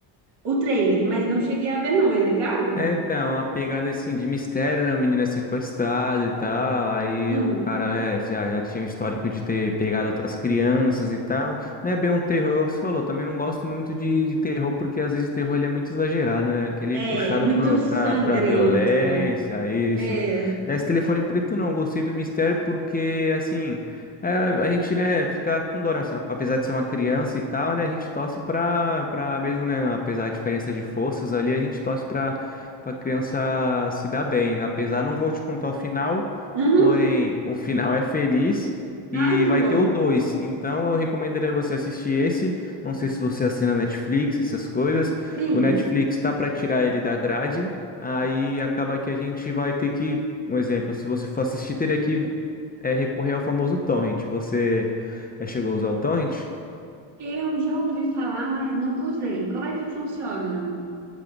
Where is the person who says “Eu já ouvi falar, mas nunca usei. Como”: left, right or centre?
Right